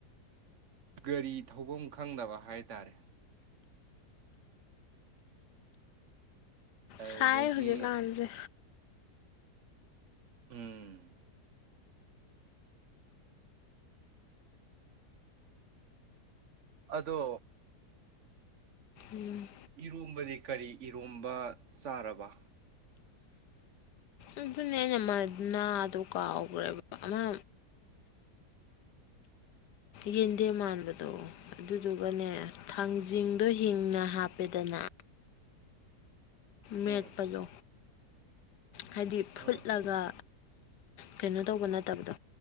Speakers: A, on the right (about 50°); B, on the left (about 80°).
A: ꯒꯥꯔꯤ ꯊꯧꯐꯝ ꯈꯪꯗꯕ ꯍꯥꯏꯇꯔꯦ ꯑꯗꯨꯗꯒꯤ
B: <inaudible> ꯁꯥꯏ ꯍꯧꯖꯤꯛꯀꯥꯟꯁꯦ
A: ꯎꯝ ꯑꯗꯣ
B: ꯎꯝ
A: ꯏꯔꯣꯝꯕꯗꯤ ꯀꯔꯤ ꯏꯔꯣꯝꯕ ꯆꯥꯔꯕ
B: ꯑꯗꯨꯅꯦ ꯑꯩꯅ ꯃ ꯅꯥꯗꯨ ꯀꯥꯎꯈ꯭ꯔꯦꯕ ꯑꯃ ꯌꯦꯟꯗꯦꯝ ꯃꯥꯟꯕꯗꯣ ꯑꯗꯨꯗꯨꯒꯅꯦ ꯊꯥꯡꯖꯤꯡꯗꯣ ꯍꯤꯡꯅ ꯍꯥꯞꯄꯦꯗꯅ ꯃꯦꯠꯄꯗꯣ
A: ꯎꯝ
B: ꯍꯥꯏꯗꯤ ꯐꯨꯠꯂꯒ
A: ꯎꯝ
B: ꯀꯩꯅꯣ ꯇꯧꯕ ꯅꯠꯇꯕꯗꯣ